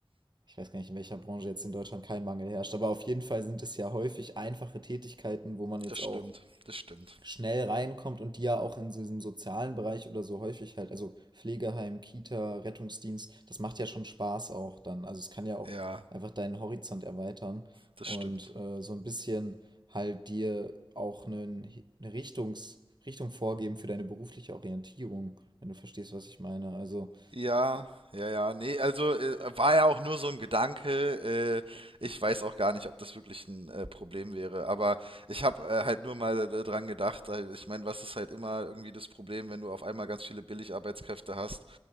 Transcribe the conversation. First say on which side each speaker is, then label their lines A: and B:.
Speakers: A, on the right; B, on the right.
A: ich weiß gar nicht, in welcher Branche jetzt in Deutschland kein Mangel herrscht, aber auf jeden Fall sind es ja häufig einfache Tätigkeiten, wo man jetzt
B: Das stimmt,
A: auch
B: das stimmt.
A: schnell reinkommt und die ja auch in so diesem sozialen Bereich oder so häufig halt, also Pflegeheim, Kita, Rettungsdienst, das macht ja schon Spaß auch dann. Also es kann ja auch
B: Ja,
A: einfach deinen Horizont erweitern
B: das
A: und
B: stimmt.
A: äh, so ein bisschen halt dir auch eine, eine Richtungs, Richtung vorgeben für deine berufliche Orientierung, wenn du verstehst, was ich meine. Also,
B: Ja, ja, ja, nee, also äh, war ja auch nur so ein Gedanke. Äh, ich weiß auch gar nicht, ob das wirklich ein äh, Problem wäre, aber ich habe äh, halt nur mal äh, dran gedacht. Äh, ich meine, was ist halt immer irgendwie das Problem, wenn du auf einmal ganz viele Billigarbeitskräfte hast?